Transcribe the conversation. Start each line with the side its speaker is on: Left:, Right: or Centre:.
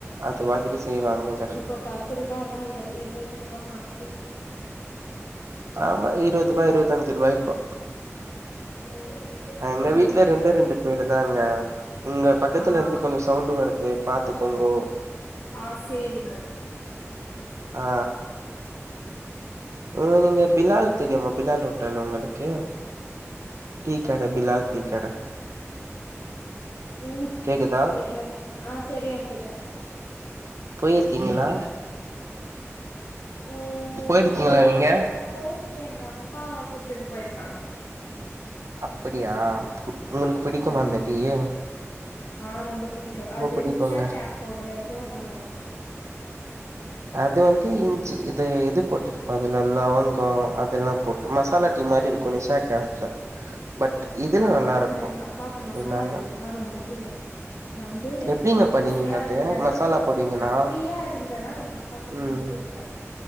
Right: அது வாங்கிட்டு செய்வாங்க
Left: இப்ப பத்து ரூபாலா இல்ல இருவது ரூபா மாறிருச்சு
Right: ஆமா இருவதூபா இருவத்தஞ்சு ரூபா இப்போ
Left: ம்
Right: எங்க
Left: ஆமாங்க
Right: வீட்ல ரெண்டே ரெண்டு பேருதாங்க உங்க பக்கத்துல
Left: ஆ
Right: இருந்து கொஞ்சம் சவுண்டு வருது பாத்துக்கோங்கோ
Left: ஆ சேரிங்க
Right: ஆ உ நீங்க பிலால் தெரியுமா பிலால் ஹோட்டல் உங்களுக்கு டீ கடை பிலால் டீ கடை
Left: ம்
Right: கேக்குதா
Left: தெரியு ஆ தெரியு தெரியு
Right: போயிருக்கீங்ளா
Left: ம்
Right: போயிருக்கீங்களா
Left: பெரும்பாலு
Right: நீங்க
Left: நா போயிருக்கே எங்க அப்பா கூப்ட்டுட்டு போய்ருக்காங்க
Right: அப்டியா உங்களுக்கு பிடிக்குமா
Left: ம்
Right: அந்த டீ ய
Left: ஆ ரொம்ப பிடிக்கு அது
Right: பிடிக்குங்க
Left: மிஷா கஃப் ஓட இதுவு நல்லாருக்கு
Right: அது வந்து இஞ்சி இது இது போட்ருபாங்கல்ல லவங்க அதெல்லா போட் மசாலா டீ மாரி இருக்கு நிஷா கேப்ல பட் இதுல
Left: நா
Right: நல்லா
Left: பண்ணுவ
Right: இருக்கு
Left: எங்க அப்பாக்கு
Right: இதுலல்லா
Left: மசாலா டீ தா ரொம்ப புடிக்கு நா வந்து
Right: எப்டிங்க
Left: ஆ
Right: பண்ணுவீங்க
Left: ஃப்ரீயா
Right: அது
Left: இருந்தனா
Right: மசாலா போடுவீங்களா
Left: நா ஃப்ரீயா இருந்தனா எங்க அப் பாக்க
Right: ம்
Left: பண்ணி குடுப்ப